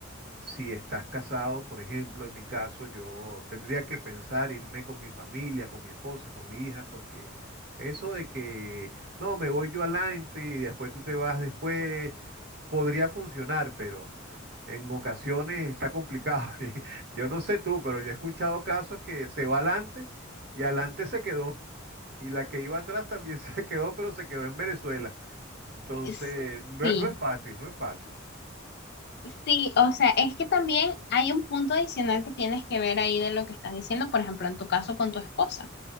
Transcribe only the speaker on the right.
si estás casado, por ejemplo, en mi caso, yo tendría que pensar irme con mi familia, con mi esposa, con mi hija, porque eso de que no, me voy yo adelante y después tú te vas después, podría funcionar, pero en ocasiones está complicado. <laughs> Y Yo no sé tú, pero yo he escuchado casos que se va adelante y adelante se quedó. Y la que iba atrás también <laughs> se quedó, pero se quedó en Venezuela. Entonces,
no,
es- no es fácil, no es fácil.